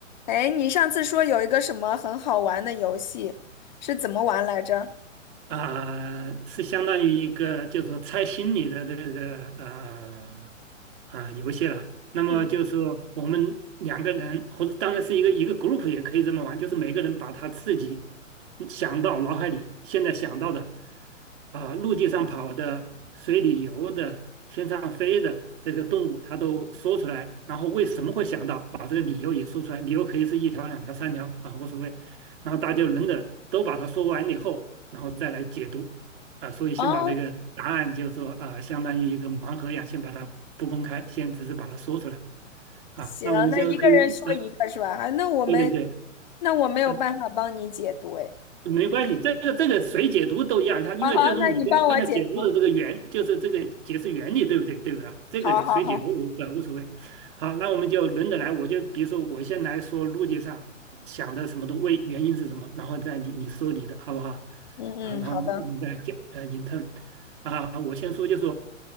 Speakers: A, on the left (about 35°); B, on the right (about 40°).
A: 哎，你上次说有一个什么很好玩的游戏，是怎么玩来着？
B: 啊、是相当于一个就是说猜心理的这个呃啊、游戏了。那么就是说我们两个人，
A: 嗯，
B: 或者当然是一个一个 group 也可以这么玩，就是每个人把他自己想到脑海里现在想到的，啊，陆地上跑的、水里游的、天上飞的这个动物，它都说出来。然后为什么会想到把这个理由也说出来？理由可以是一条、两条、三条啊，无所谓。然后大家轮着都把它说完以后，然后再来解读啊。所以先把这个答案，
A: 哦，
B: 就是说啊，相当于一个盲盒一样，先把它不公开，先只是把它说出来啊。
A: 行，
B: 那我们现在可以，
A: 那一个人说一个是吧？
B: 啊，
A: 啊，那我们
B: 对对对。
A: 那我没有办法帮你解读，
B: 啊
A: 哎，
B: 没关系，这个这个谁解读都一样，它因为最终你都要看它解读的这个原，
A: 好好，那你帮我解读，
B: 就是这个解释原理，对不对？对不对？这个谁解读无呃无所谓。
A: 好好好，
B: 好，那我们就轮着来，我就比如说我先来说逻辑上想的什么都为原因是什么，然后再你你说你的好不好？
A: 嗯嗯，
B: 啊，然后我们再讲呃
A: 好的，
B: in t e r n 啊，我先说就说